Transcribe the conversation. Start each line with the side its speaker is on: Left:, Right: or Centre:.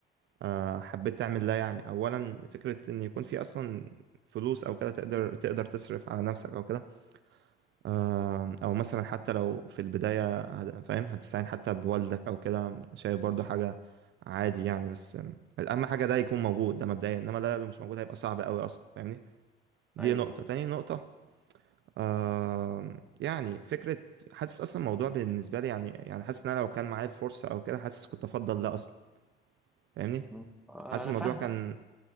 Right: آه، حبيت تعمل ده يعني اولا فكره ان يكون في اصلا فلوس او كده تقدر تقدر تصرف على نفسك او كده آه، او مثلا حتى لو في البدايه هت- فاهم هتستعين حتى بوالدك او كده شايف برضو حاجه عادي يعني بس آم، اهم حاجه ده يكون موجود ده مبدئيا انما ده لو مش موجود هيبقى صعب قوي اصلا فاهمني دي
Centre: ايوه
Right: نقطه
Centre: فاهم
Right: تاني نقطه آم، يعني فكره حاسس اصلا الموضوع بالنسبه لي يعني يعني حاسس ان انا لو كان معايا الفرصه او كده حاسس كنت افضل ده اصلا فاهمني
Centre: مم. آه،
Right: حاسس
Centre: انا
Right: الموضوع
Centre: فاهمك
Right: كان